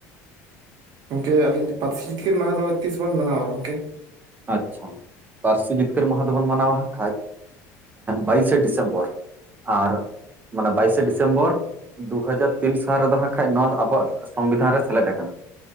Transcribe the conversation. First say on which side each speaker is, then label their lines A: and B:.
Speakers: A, on the right; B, on the right.
A: ᱜᱚᱝᱠᱮ ᱟᱞᱤᱧ ᱯᱟᱹᱨᱥᱤ ᱡᱤᱛᱠᱟᱹᱨ ᱢᱟᱦᱟ ᱫᱚ ᱛᱤᱥ ᱵᱚᱱ ᱢᱟᱱᱟᱣᱟ ᱜᱚᱝᱠᱮ?
B: ᱟᱪᱪᱷᱟ ᱯᱟᱹᱨᱥᱤ ᱡᱤᱛᱠᱟᱹᱨ ᱢᱟᱦᱟ ᱫᱚᱵᱚᱱ ᱢᱟᱱᱟᱣᱟ ᱠᱷᱟᱡ ᱵᱟᱭᱤᱥᱮ ᱰᱤᱥᱮᱢᱵᱚᱨ᱾ ᱟᱨ ᱢᱟᱱᱮ ᱵᱟᱭᱤᱥᱮ ᱰᱤᱥᱮᱢᱵᱚᱨ ᱫᱩ ᱦᱟᱡᱟᱨ ᱛᱤᱱ ᱥᱟᱞ ᱨᱮᱫᱚ ᱦᱟᱸᱜ ᱠᱷᱟᱡ ᱱᱚᱣᱟ ᱟᱵᱚᱣᱟᱜ ᱥᱚᱝᱵᱤᱫᱷᱟᱱ ᱨᱮ ᱥᱮᱞᱮᱫ ᱟᱠᱟᱱᱟ᱾